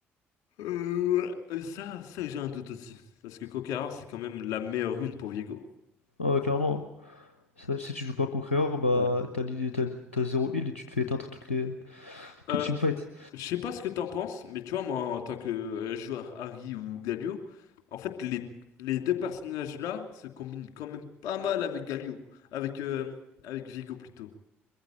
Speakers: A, on the left; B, on the left.
A: Euh, ouais. Euh, ça, ça j'ai un doute aussi. Parce que Conqueror, c'est quand même la meilleure rune pour Viego.
B: Ah ouais, clairement. hein. Ça, si tu joues pas Conqueror, bah
A: Ouais.
B: t'as l'heal, t'as, t'as zéro heal et tu te fais éteindre toutes les, toutes
A: Euh,
B: les teamfights.
A: je sais pas ce que t'en penses, mais tu vois, moi, en tant que euh, joueur Harry ou Galio, en fait, les, les deux personnages-là se combinent quand même pas mal avec Galio. Avec, euh, avec Viego plutôt.